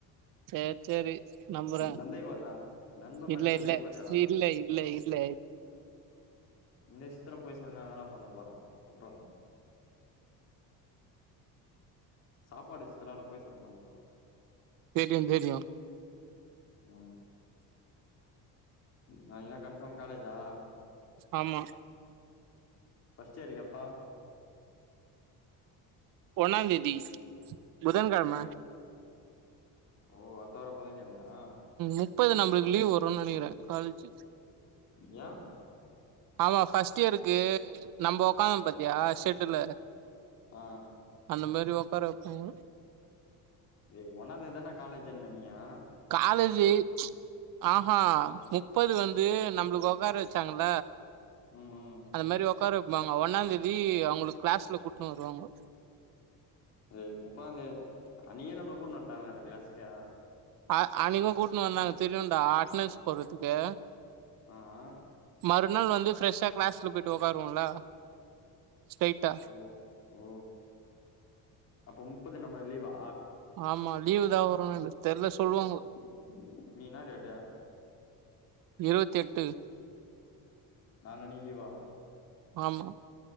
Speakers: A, on the right; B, on the left.
A: சேர் சேரி நம்புறே
B: சந்தேகப்படுறா நண்பன் மேல
A: இல்ல
B: சந்தேகப்படுறியாடா
A: இல்ல இல்ல இல்ல இ ல்ல
B: இந்த விஷயத்துல பொய் சொல்லி நா என்னடா பண்ண போற சொல்றா சாப்பாடு விஷயத்திலா நா பொய் சொல்ல மாட்டன்டா
A: தெரியு தெரியு
B: ஆ நாளகி கன்ஃபாம் காலேஜா
A: ஆமா
B: ஃபஸ்ட் இயர்க் எப்பா
A: ஒண்ணாந் தேதி புதன் கெழம
B: ஓ அத்த வார புதங் கெழ்மயா
A: முப்பது நம்மளுக்கு லீவ் வருன்னு நெனைக்கிறே காலேஜு
B: ஏ
A: ஆமா ஃபஸ்ட் இயருக்கு நம்ம உக்காந்தோ பாத்தியா ஷெட்டுல
B: ஆ
A: அந்த மாரி உட்கார வைப்பாங்க
B: ஏய் ஒன்னா தேதி தானா காலேஜ் என்ன நீ ஆ
A: காலேஜி ஆஹா முப்பது வந்து நம்மளுக்கு உக்கார வச்சாங்கள
B: ம் ம்
A: அந்த மேரி உக்கார வைப்பாங்க ஒன்னாந் தேதி அவங்களுக்கு கிளாஸ்ல கூட்டுன்னு வருவாங்க
B: ஏ முப்பதா தேதி அ நீயே நம்மளை கூட்டு வந்துட்டாங்களே டா கிளாஸுக்க
A: அ அன்னிக்கும் கூட்டன்னு வந்தாங்க தெரியும்டா அட்டனன்ஸ் போடுறதுக்கு
B: ஆ ஆ
A: மறுநாள் வந்து ஃப்ரெஷ்ஷா கிளாஸ்ல போயிட்டு உக்காருவோள ஸ்டெய்ட்டா
B: ஓஹோ அப்ப முப்பது நம்மளுக்கு லீவா
A: ஆமா லீவு தான் வரும் தெர்ல சொல்லுவாங்க
B: இன்னிக்கி என்ன டேட்டு
A: இருவத்தி எட்டு
B: நாலனிக்கி லீவா
A: ஆமா